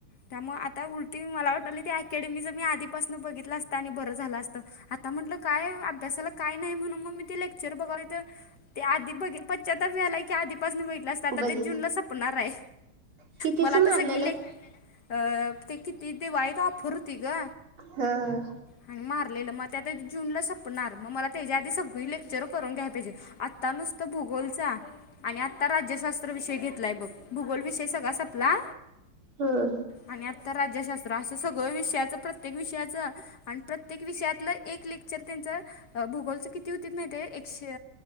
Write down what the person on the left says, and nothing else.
त्यामुळ आता उलटी मला वाटायला ते अकॅ अकॅडमीच मी आधीपासून बघितलं असतं आणि बर झाला असतं आता म्हटलं काय अभ्यासाला काही नाही म्हणून मग मी ते लेक्चर बघाली तर ते आधी बघ पश्चाताप व्हायला की आधीपासून बघि तलास आता
ते जूनला संपणार आहे
मला
आता सगळी लेक्च अह ते किती दिवाळीत ऑफर होती ग
आणि मारलेलं मग त्या ते जूनला संपणार मग मला त्याच्या आधी सगळी लेक्चर करून घ्याय पाहिजे. आत्ता नुसत भूगोलचा आणि आत्ता राज्यशास्त्र विषय घेतलाय बघ. भूगोल विषय सगळा संपला
आणि आता राज्यशास्त्र असं सगळ विषय विषयाच प्रत्येक विषयाच आणि प्रत्येक विषयातलं एक लेक्चर त्यांच भूगोलचे किती होतीत माहितीये एकशे